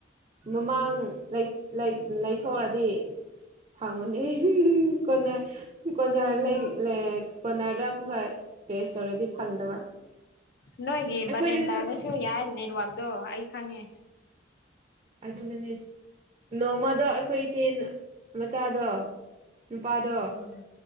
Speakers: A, on the right (about 30°); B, on the left (about 55°).
A: ꯃꯃꯥꯡ ꯂꯩꯠ ꯂꯩ ꯂꯩꯊꯣꯛꯔꯗꯤ ꯐꯪꯕꯅꯦ ꯍꯤꯍꯤ ꯀꯣꯟꯅ ꯀꯣꯅꯔ
B: ꯎꯝ
A: ꯂꯩ ꯂꯩ ꯀꯣꯔꯅꯔꯗ ꯑꯃꯨꯛꯀ ꯇꯦꯁ ꯇꯧꯔꯗꯤ ꯐꯪꯗꯕ
B: ꯅꯣꯏꯒꯤ
A: ꯑꯩꯈꯣꯏꯗꯁꯨ
B: ꯕꯥꯔꯦꯟꯗꯥꯗꯁꯨ ꯌꯥꯏ ꯅꯦꯠꯋꯥꯛꯇꯣ ꯑꯩ ꯈꯪꯉꯦ
A: ꯑꯗꯨꯅꯅꯦ ꯅꯣꯡꯃꯗꯣ ꯑꯩꯈꯣꯏ ꯏꯆꯦ ꯃꯆꯥꯗꯣ ꯅꯨꯄꯥꯗꯣ
B: ꯎꯝ